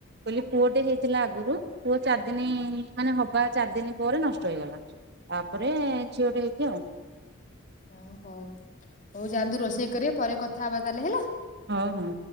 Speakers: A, on the right; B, on the left.
A: କହିଲି ପୁଅ ଟେ ହେଇଥିଲା ଆଗରୁ ପୁଅ ଚାରିଦିନ ମାନେ ହବା ଚାରି ଦିନ ପରେ ନଷ୍ଟ ହେଇଗଲା ତାପରେ ଝିଅଟେ ହେଇଛି ଆଉ।
B: ଓ ହଉ ହଉ ଯାଆନ୍ତୁ ରୋଷେଇ କରିବା ପରେ କଥା ହବା ତାହେଲେ ହେଲା।
A: ହଁ ହଁ।